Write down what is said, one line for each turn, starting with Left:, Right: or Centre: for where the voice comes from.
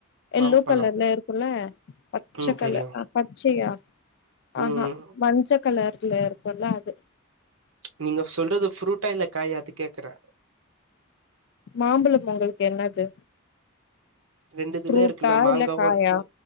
Right: மாம்பழம்
Left: எல்லோ கலர்ல இருக்குல்ல பச்சை
Right: ம்
Left: கலர்
Right: தெரியு
Left: ஆ பச்சையா
Right: ம்
Left: ஆஹா மஞ்ச கலர் ச்சில இருக்கல்லா அது
Right: நீங்க சொல்றது ஃப்ரூட்டா இல்ல காயா அது கேக்குறே
Left: மாம்பழம் பொங்களுக்கு என்னது
Right: ரெண்டுதுல
Left: ஃப்ரூட்டா
Right: இருக்குல்ல மாங்காவு
Left: இல்ல காயா
Right: இருக்கு